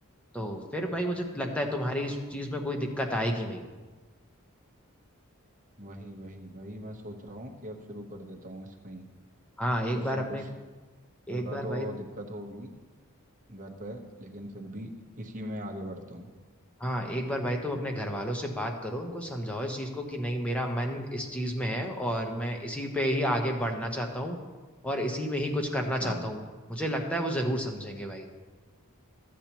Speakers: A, in the centre; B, on the right.
A: तो फिर भाई मुझे लगता है तुम्हारी इस चीज में कोई दिक्कत आएगी नहीं
B: वही वही वही मैं सोच रहा हूँ कि अब शुरू कर देता हूँ इसमें ही
A: हाँ एक
B: कुछ
A: बार
B: ना
A: अपने
B: कुछ थोड़ा
A: एक बार
B: तो
A: भाई
B: दिक्कत होगी घर पे लेकिन फिर भी इसी में आगे बढ़ता हूँ
A: हाँ एक बार भाई तुम अपने घर वालों से बात करो उनको समझाओ इस चीज को कि नहीं मेरा मन इस चीज में है और मैं इसी पे ही आगे बढ़ना चाहता हूँ और इसी में ही कुछ करना चाहता
B: हाँ
A: हूँ मुझे लगता है वो जरूर समझेंगे भाई